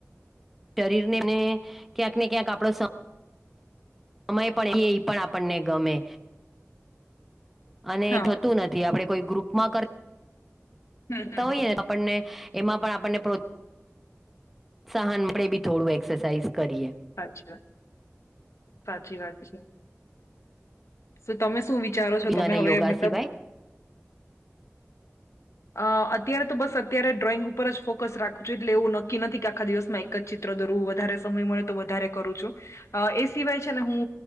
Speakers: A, in the centre; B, on the left (about 70°).
A: શરીરને અને ક્યાંક ને ક્યાંક આપણો સ આમય પણ કે એ પણ આપણને ગમે. અને
B: હા
A: ગતું નથી આપણે કોઈ ગ્રુપમાં કર
B: હમ હમ
A: તા હોઈએ
B: હમ.
A: આપણને એમાં પણ આપણને પ્રોત્સાહન મળે બી થોડું એક્સરસાઇઝ કરીએ
B: સાચી વાત સાચી વાત છે શું તમે શું વિચારો છો
A: બિંગ
B: તમે
A: અને
B: હવે
A: યોગા
B: મતલબ
A: સિવાય
B: અ અત્યારે તો બસ અત્યારે ડ્રોઈંગ ઉપર જ ફોકસ રાખું છું એટલે એવું નક્કી નથી કે આખા દિવસમાં એક જ ચિત્ર વધ સમય મળે તો વધ કરું છું એ સિવાય છે ને હું